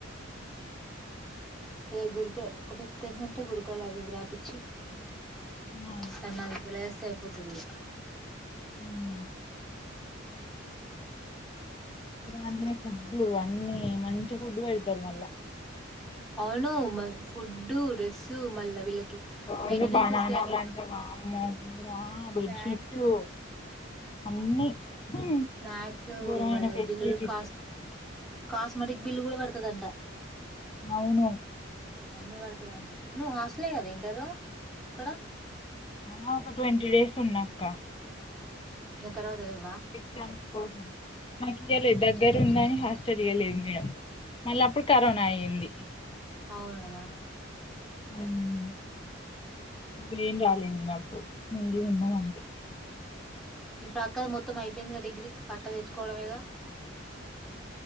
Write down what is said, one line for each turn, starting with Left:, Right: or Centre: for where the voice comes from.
Centre: ఏ ఊర్కో ఒక ఫిఫ్త్ అయిందంటే గురుకులాలు అవి ఇవి రాపీచ్చి
Left: ఆ
Centre: సన్నాది ఇదులెస్ సరిపోతది ఇగ
Left: హుమ్ అన్లే ఫుడ్డు అన్ని మంచి ఫుడ్డు పెడతారు మళ్ళా
Centre: అవును మా ఫుడ్డు డ్రెస్సు మళ్ళ వీళ్ళకి కి
Left: రోజు
Centre: మెంటనెన్స్
Left: బనానాలు
Centre: వస్తాయ్ అంటక
Left: అంటే వామ్మో ఘోరం ఆ బెడ్షీట్స్
Centre: స్నాక్స్
Left: అన్ని ఉమ్,
Centre: స్నాక్స్
Left: ఘోరమైన
Centre: వాళ్ళ
Left: ఫెసిలిటీస్
Centre: బిల్లులు కాస్ట్ కాస్మాటిక్ బిల్లు కూడా పడతదంటా
Left: అవును
Centre: అన్ని పడతాయి అంట నువ్వు హాస్టలే కదా ఇంటరు అక్కడ
Left: ఆ ఒక ట్వంటీ డేస్ ఉన్నాక్క
Centre: దాని తర్వాత లెవ్
Left: ఎగ్జామ్స్ కోసం మనకి డెల్యీదు
Centre: ఎగ్జామ్స్
Left: దగ్గర ఉందని హస్ తెలియలే ఇంకా మళ్ళ అప్పుడు కరోనా అయ్యింది
Centre: అవును కదా
Left: హుమ్మ్ అప్పుడేం రాలేదు నాకు ముందే ఉన్న అంతే
Centre: ఈ పక్కది మొత్తం అయిపోయిందిగా డిగ్రీ పట్ట తెచ్చుకోవడమేగా